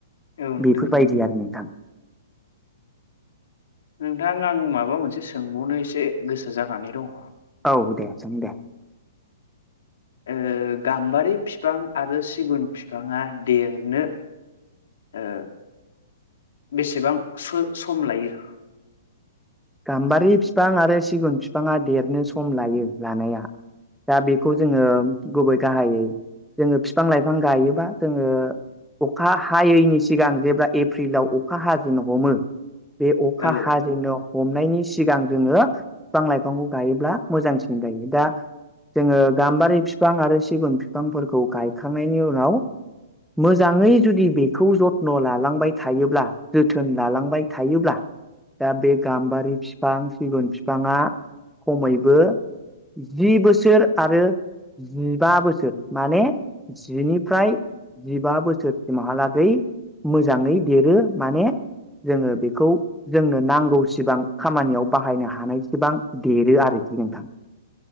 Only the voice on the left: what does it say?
नोंथां
नोंथां आं माबा मोनसे सोंबावनो एसे गोसो जानानै दङ
ओ गाम्बारि फिफां आरो सिगुन फिफाङा देरनो ओ बेसेबां सम लायो?
औ